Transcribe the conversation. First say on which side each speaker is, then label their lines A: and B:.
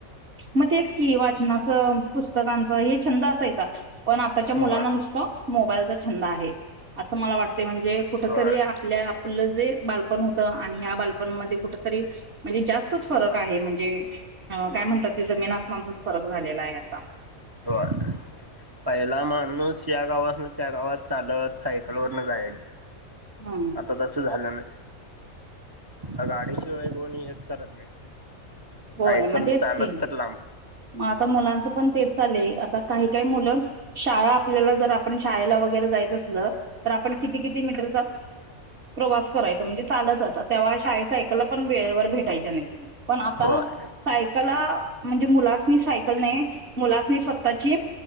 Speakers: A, on the right (about 50°); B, on the right (about 35°).
A: मग तेच कि वाचनाचं पुस्तकांचं हे छंद असायचा. पण आताच्या मुलांना
B: होय
A: नुसतं मोबाईलचा छंद आहे असं मला वाटत. ते म्हणजे कुठ
B: होय
A: तरी आपल्या आपलं जे बालपण होतं आणि ह्या बालपणमध्ये कुठ ते तरी म्हणजे जास्तच फरक आहे म्हणजे काय म्हणतात ते जमीन आसमानचाच फरक झालेला आहे. घेता.
B: हे बघा पहिला मानूस या गावातून त्या गावात चालत सायकल वरन जायची
A: हम्म
B: आता तसं झालं नाही. आ गाडीशिवाय कोणी हेच करत नाही
A: होय
B: सायकल
A: मग तेच
B: चालत
A: की
B: तर लांब
A: मग आता मुलांचं पण तेच चा आता काही काही मुलं शाळा आपल्याला जर आपण शाळेला वगरे जायचं असलं तर आप किती किती मीटरचा प्रवास करायच म्हणजे चालतच तेव्हा शाळे सायकलला पण वेळेवर भेटायच्या नाही पण आता
B: होय
A: सायकला म्हणजे मुलासनी सायकल नाही मुलासनी स्वतःची